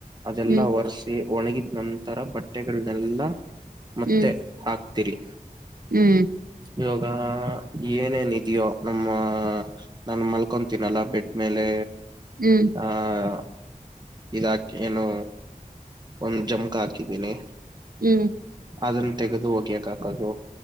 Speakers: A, on the right; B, on the right.
A: ಅದೆಲ್ಲಾ
B: ಹ್ಮ್
A: ಒರ್ಸ್. ಒಣಗಿದ ನಂತರ ಬಟ್ಟೆಗಳನೆೆಲ್ಲಾ. ಮತ್ತೆ
B: ಹ್ಮ್
A: ಹಾಕ್ತಿರಿ.
B: ಹ್ಮ್
A: ಇವಾಗ ಏನೇನ್ ಇದೆಯೋ ನಮ್ಮ ನಾನು ಮಲ್ಕೊತೀನಲ್ಲಾ ಬೆಡ್ ಮೇಲೆ
B: ಹ್ಮ್.
A: ಹ ಇದಾಕಿ ಏನು ಒಂದ ಜಮಕ್ ಹಾಕಿದೀನಿ.
B: ಹ್ಮ್.
A: ಅದನ್ನ ತೆಗೆದು ಒಗ್ಯಾಕಾಕದು.